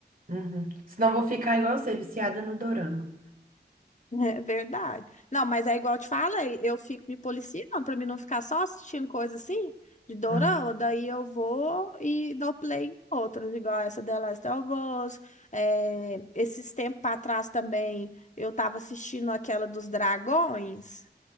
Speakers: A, on the right; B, on the left.
A: Uhum. Senão eu vou ficar igual você, viciada no dorama.
B: É verdade. Não, mas é igual eu te falei, eu fico me policiando pra mim não ficar só assistindo coisa assim de dorama,
A: Ah,
B: daí eu vou e dou play em outras, igual essa The Last of Us. É, esses tempos pra trás também eu tava assistindo aquela dos dragões.